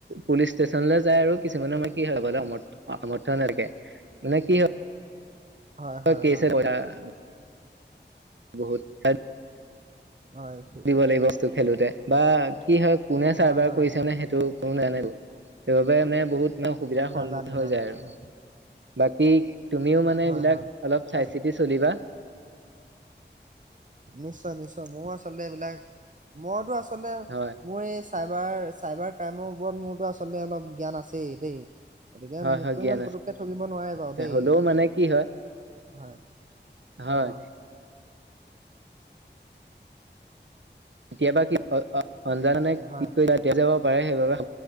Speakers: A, on the right; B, on the right.
A: পুলিচ ষ্টেচনলৈ যায় আৰু কিছুমানৰ মানে কি হয় যাবলৈ সামৰ্থ্যই নাথাকে। মানে কি হয় <unintelligible>
B: হয় হয় হয়
A: বহুত <unintelligible>
B: হয় সে-
A: দিব লাগিব বস্তু। খেলোতে বা কি হয় কোনে চাৰ্ভাৰ
B: হয় হয়
A: কৰিছে
B: হয়
A: মানে সেইটো কোনো নাজানেতো সেইবাবে মানে বহুত মানে অসুবিধাৰ
B: নাজানে
A: সন্মুখা হৈ
B: নাজানে
A: যায় আৰু
B: হয়
A: বাকী তুমিও মানে
B: হয়
A: এইবিলাক
B: হয়
A: অলপ চাই
B: আচ
A: চিতি চলিবা
B: নিশ্চয় নিশ্চয় মও আচলতে এইবিলাক মইতো আচ চলতে
A: হয়
B: মই চি চাইবাৰ চাইবাৰ ক্ৰাইমৰ ওপৰত মোৰতো আচলতে অলপ জ্ঞান আছেই দেই গতিকে
A: হয়
B: মোকতো
A: হয় জ্ঞান
B: ইমান
A: আছে
B: পুতুককে ঠগিব নোৱাৰে বাৰু দেই
A: হ'লেও মানে কি হয়
B: হয়
A: হয়
B: অ
A: কেতিয়াবা কি হয় অ অঞ্জাননে
B: হয়
A: কি কৰিবা এতিয়া যে অ'ক <unintelligible>